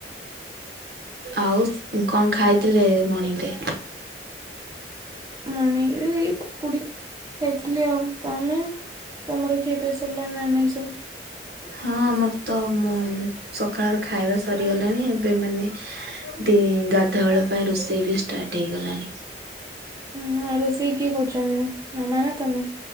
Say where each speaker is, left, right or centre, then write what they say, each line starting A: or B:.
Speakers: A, on the right (about 60°); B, on the right (about 20°).
A: ଆଉ କଣ ଖାଇଥିଲେ ମଣିଙ୍ଗ୍ ରେ?
B: ମଣିଙ୍ଗ୍ ରେ ଏଇ ପକୁଡି। ଖାଇଥିଲି ଆଉ ତମେ ତମର ଖିଆ ପିଆ ସରିଲାଣି ନା ନାହିଁ ସବୁ?
A: ହଁ ଆମର ତ ମୁଁ ସକାଳର ଖାଇବା ସରିଗଲାଣି ଏବେ ମାନେ ଦି ଗାଧୁଆବେଳ ପାଇଁ ରୋଷେଇ ବି ଷ୍ଟାର୍ଟ ହେଇଗଲାଣି।
B: ଉଁ ହୁଁ ରୋଷେଇ କିଏ କରୁଛନ୍ତି? ମାମ ନା ତମେ।